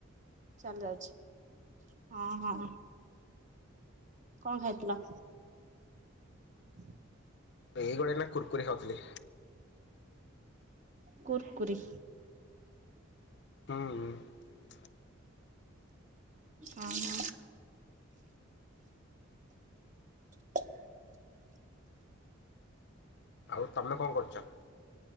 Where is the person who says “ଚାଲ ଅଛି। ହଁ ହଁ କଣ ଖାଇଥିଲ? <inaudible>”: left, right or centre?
Right